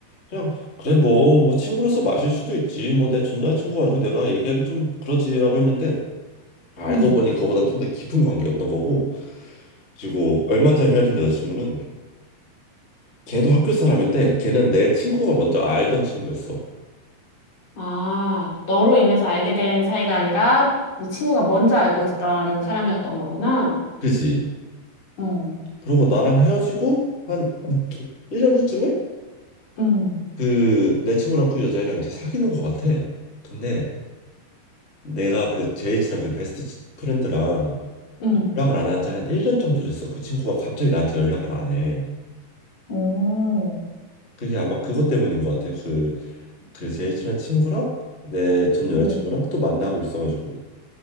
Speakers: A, on the left; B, on the left.
A: 그냥 그래 뭐 뭐 친구로서 마실 수도 있지. 뭐 내 전 여자친구 가지고 내가 얘기하기 좀 그러지라고 했는데 알고
B: 음.
A: 보니
B: 음.
A: 그거보단 좀 더 깊은 관계였던 거고. 그리고 얼마 전에 헤어진 여자친구는 걔도 학교 사람인데 걔는 내 친구가 먼저 알던 친구였어.
B: 아, 너로 인해서 알게 된 사이가 아니라 이 친구가 먼저 알고 있던 사람이었던 거구나.
A: 그지?
B: 어,
A: 그러고 나랑 헤어지고 한 1년 후쯤에
B: 응,
A: 그 내 친구랑 그 여자애랑 이제 사귀는 것 같아. 근데 내가 그 제일 친한 그 베스트 치- 프렌드랑
B: 응.
A: 연락을 안 한 지 한 1년 정도 됐어. 그 친구가 갑자기 나한테 연락을 안 해.
B: 오,
A: 그게 아마 그것 때문인 것 같아. 그, 그 제일 친한 친구랑 내 전 여자친구랑
B: 음.
A: 또 만나고 있어가지고.